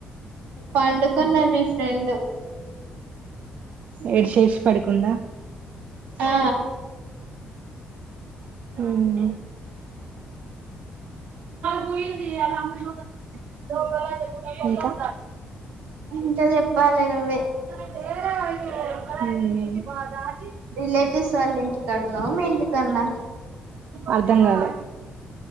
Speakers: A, on the right; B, on the right.
A: పండుకున్న మీ ఫ్రెండ్
B: ఏడ్చేసి పడి కుందా
A: ఆ
B: హ్మ్ పోయింది ఇయాల <unintelligible> ఇంకా
A: ఇంకా చెప్పాలి నువ్వే
B: ఉమ్
A: రిలేటివ్స్ వాళ్ళు ఇంటికాడ ఉన్నావా మీ ఇంటి కాడ నా
B: అద్ ధ్ధం కాలే